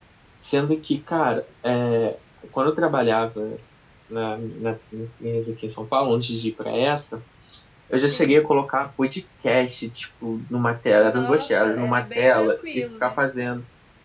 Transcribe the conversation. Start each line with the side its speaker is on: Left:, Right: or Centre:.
Centre: Sendo que, cara, é, quando eu trabalhava na, na minha empresa aqui em São Paulo, antes de ir pra essa, eu
Left: sim.
Centre: já cheguei a colocar podcast, tipo, numa tela,
Left: Nossa,
Centre: eram duas telas,
Left: era
Centre: numa
Left: bem
Centre: tela,
Left: tranquilo,
Centre: e ficar
Left: né?
Centre: fazendo.